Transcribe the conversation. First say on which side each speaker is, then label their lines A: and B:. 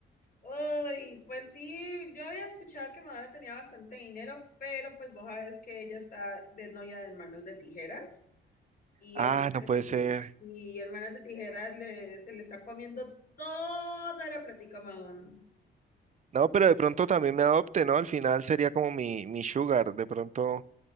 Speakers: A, on the left; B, on the right.
A: Ay, pues sí, yo había escuchado que Madonna tenía bastante dinero, pero pues vos sabés que ella está de novia de manos de tijeras. Y
B: Ah,
A: el man de
B: no puede
A: tijera.
B: ser.
A: Y el man de tijera le, se le está comiendo toda la platica a Madonna.
B: No, pero de pronto también me adopte, ¿no? Al final sería como mi, mi sugar. De pronto,